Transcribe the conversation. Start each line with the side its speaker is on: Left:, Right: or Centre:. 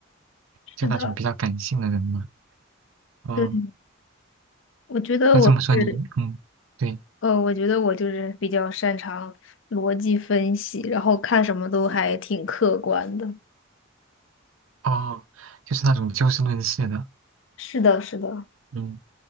Left: 是的，
Right: 就那种比较感性的人嘛。哦，
Left: 对，我觉得我是。
Right: 那这么说你，嗯，对，
Left: 呃，我觉得我就是比较擅长逻辑分析，然后看什么都还挺客观的。
Right: 哦，就是那种就事论事的，
Left: 是的，是的。
Right: 嗯。